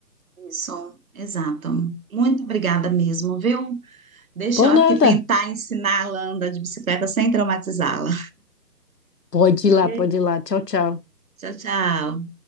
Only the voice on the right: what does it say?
Isso, exato. Muito obrigada mesmo, viu? Deixa
eu aqui
tentar ensinar a Landa de bicicleta sem traumatizá-la.
Ok?
Tchau, tchau.